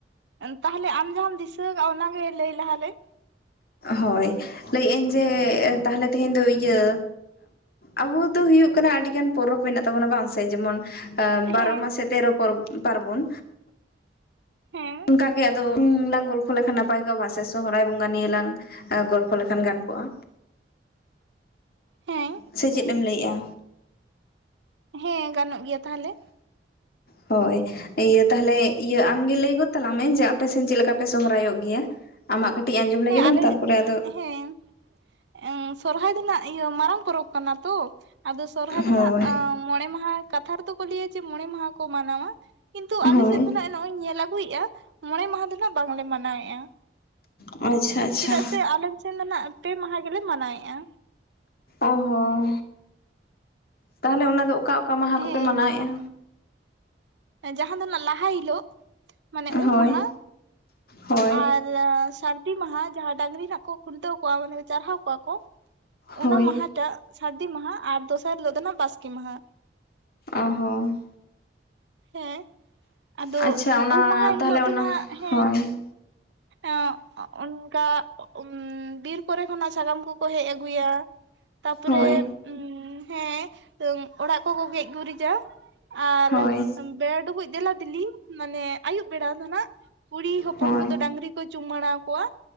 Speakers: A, on the right; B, on the left.
A: ᱛᱟᱦᱚᱞᱮ ᱟᱢ ᱡᱟᱦᱟᱸᱢ ᱫᱤᱥᱟᱹ ᱟᱠᱟᱫ-ᱟ ᱚᱱᱟᱜᱮ ᱞᱟᱹᱭ ᱞᱟᱦᱟ ᱞᱮᱢ?
B: ᱦᱚᱭ ᱞᱟᱹᱭᱮᱫ ᱟᱹᱧ ᱡᱮ ᱛᱟᱦᱚᱞᱮ ᱛᱮᱦᱮᱧ ᱫᱚ ᱤᱭᱟᱹ ᱟᱵᱚ ᱫᱚ ᱦᱩᱭᱩᱜ ᱠᱟᱱᱟ ᱟᱹᱰᱤᱜᱟᱱ ᱯᱚᱨᱚᱵᱽ ᱢᱮᱱᱟᱜ ᱛᱟᱵᱚᱱᱟ ᱵᱟᱝ ᱥᱮ ᱡᱮᱢᱚᱱ ᱵᱟᱨᱚ
A: ᱦᱮᱸ
B: ᱢᱟᱥᱮ ᱛᱮᱨᱚ ᱯᱚᱨᱚ ᱯᱟᱨᱵᱚᱱ
A: ᱦᱮᱸ
B: ᱚᱱᱠᱟ ᱜᱮ ᱟᱫᱚ ᱞᱟᱝ ᱜᱚᱞᱯᱷᱚ ᱞᱮᱠᱷᱟᱱ ᱱᱟᱯᱟᱭ ᱠᱚᱜ-ᱟ ᱵᱟᱝ ᱥᱮ ᱥᱚᱦᱚᱨᱟᱭ ᱵᱚᱸᱜᱟ ᱱᱤᱭᱟ ᱞᱟᱝ ᱮ ᱜᱚᱞᱯᱷᱚ ᱞᱮᱠᱷᱟᱱ ᱜᱟᱱ ᱠᱚᱜ-ᱟ
A: ᱦᱮᱸ
B: ᱥᱮ ᱪᱮᱫ ᱮᱢ ᱞᱟᱹᱭᱮᱜ-ᱟ?
A: ᱦᱮᱸ ᱜᱟᱱᱚᱜ ᱜᱮᱭᱟ ᱛᱟᱦᱚᱞᱮ
B: ᱦᱚᱭ ᱤᱭᱟᱹ ᱛᱟᱦᱚᱞᱮ ᱤᱭᱟᱹ ᱟᱢᱜᱮ ᱞᱟᱹᱭ ᱜᱚᱫ ᱛᱟᱞᱟᱝ ᱢᱮ ᱡᱮ ᱟᱯᱮᱥᱮᱫ ᱪᱮᱫ ᱞᱮᱠᱟ ᱯᱮ ᱥᱚᱦᱨᱟᱭᱚᱜ ᱜᱮᱭᱟ? ᱟᱢᱟᱜ ᱠᱟᱹᱴᱤᱡ ᱟᱸᱡᱚᱢ ᱞᱮᱜᱮ
A: ᱦᱮᱸ
B: ᱞᱟᱝ
A: ᱟᱞᱮ
B: ᱛᱟᱨᱯᱚᱨᱮ ᱟᱫᱚ
A: ᱦᱮᱸ ᱮᱝ ᱥᱚᱨᱦᱟᱭ ᱫᱚ ᱦᱟᱸᱜ ᱢᱟᱨᱟᱝ ᱯᱚᱨᱚᱵᱽ ᱠᱟᱱᱟ ᱛᱚ ᱟᱫᱚ ᱥᱚᱨᱦᱟᱭ ᱫᱚ
B: ᱦᱳᱭ
A: ᱦᱟᱸᱜ ᱢᱚᱬᱮ ᱢᱟᱦᱟ ᱠᱟᱛᱷᱟ ᱨᱮᱫᱚ ᱠᱚ ᱞᱟᱹᱭᱟ ᱡᱮ ᱢᱚᱬᱮ ᱢᱟᱦᱟ ᱠᱚ ᱢᱟᱱᱟᱣᱟ ᱠᱤᱱᱛᱩ
B: ᱦᱳᱭ
A: ᱟᱞᱮ ᱥᱮᱫ ᱫᱚ ᱱᱟᱜ ᱱᱚᱜᱚᱭ ᱤᱧ ᱧᱮᱞ ᱟᱜᱩᱭᱮᱜ-ᱟ ᱢᱚᱬᱮ ᱢᱟᱦᱟ ᱫᱚ ᱱᱟᱦᱟᱜ ᱵᱟᱝᱞᱮ ᱢᱟᱱᱟᱣᱮᱜ-ᱟ
B: ᱟᱪᱪᱷᱟ ᱟᱪᱪᱷᱟ
A: ᱪᱮᱫᱟᱜ ᱥᱮ ᱟᱞᱮ ᱥᱮᱱ ᱫᱚ ᱱᱟᱦᱟᱜ ᱯᱮ ᱢᱟᱦᱟ ᱜᱮᱞᱮ ᱢᱟᱱᱟᱣᱮᱜ-ᱟ᱾
B: ᱚ-ᱦᱚᱸ ᱛᱟᱦᱟᱞᱮ ᱚᱱᱟ ᱫᱚ ᱚᱠᱟ ᱚᱠᱟ ᱢᱟᱦᱟ
A: ᱦᱮᱸ
B: ᱠᱚᱯᱮ ᱢᱟᱱᱟᱣᱮᱜ-ᱟ?
A: ᱡᱟᱦᱟᱸ ᱫᱚ ᱱᱟᱜ ᱞᱟᱦᱟ ᱦᱤᱞᱳᱜ ᱢᱟᱱᱮ ᱩᱢ
B: ᱦᱳᱭ
A: ᱢᱟᱦᱟ
B: ᱦᱳᱭ
A: ᱟᱨ ᱥᱟᱨ ᱛᱤ ᱢᱟᱦᱟ ᱡᱟᱦᱟᱸ ᱰᱟᱝᱨᱤ ᱱᱟᱦᱟᱜ ᱠᱚ ᱠᱷᱩᱱᱴᱟᱹᱣ ᱠᱚᱣᱟ ᱢᱟᱱᱮ ᱪᱟᱨᱦᱟᱣ ᱠᱚᱣᱟ ᱠᱚ ᱚᱱᱟ
B: ᱦᱳᱭ
A: ᱢᱟᱦᱟᱴᱟᱜ ᱥᱟᱨᱫᱤ ᱢᱟᱦᱟ ᱟᱨ ᱫᱚᱥᱟᱨ ᱦᱤᱞᱳᱜ ᱫᱚ ᱱᱟᱦᱟᱜ ᱵᱟᱥᱠᱮ ᱢᱟᱦᱟ
B: ᱚᱸ ᱦᱚᱸ
A: ᱦᱮᱸ ᱟᱫᱚ
B: ᱟᱪᱪᱷᱟ ᱚᱱᱟ
A: ᱩᱢ ᱢᱟᱦᱟ ᱦᱤᱞᱳᱜ
B: ᱛᱟᱦᱚᱞᱮ ᱚᱱᱟ
A: ᱫᱚ ᱱᱟᱦᱟᱜ ᱦᱮᱸ
B: ᱦᱳᱭ
A: ᱚᱸᱜ ᱚᱱᱠᱟ ᱚᱜᱩᱢ ᱵᱤᱨ ᱠᱚᱨᱮ ᱠᱷᱚᱱᱟᱜ ᱥᱟᱠᱟᱢ ᱠᱚᱠᱚ ᱦᱮᱡ ᱟᱜᱩᱭᱟ ᱛᱟ ᱯᱚᱨᱮ
B: ᱦᱳᱭ
A: ᱩᱸ ᱦᱮᱸ ᱚᱲᱟᱜ ᱠᱚᱠᱚ ᱜᱮᱡ ᱜᱩᱨᱤᱡᱟ ᱟᱨ
B: ᱦᱳᱭ
A: ᱵᱮᱲᱟ ᱰᱩᱵᱩᱡ ᱫᱮᱞᱟ ᱫᱮᱞᱤ ᱢᱟᱱᱮ ᱟᱭᱩᱵ ᱵᱮᱲᱟ ᱫᱚ ᱱᱷᱚᱱᱟᱜ ᱠᱩᱲᱤ ᱦᱚᱯᱚᱱ
B: ᱦᱳᱭ
A: ᱠᱚᱫᱚ ᱰᱟᱝᱨᱤ ᱠᱚ ᱪᱩᱢᱟᱹᱲᱟᱶ ᱠᱚᱣᱟ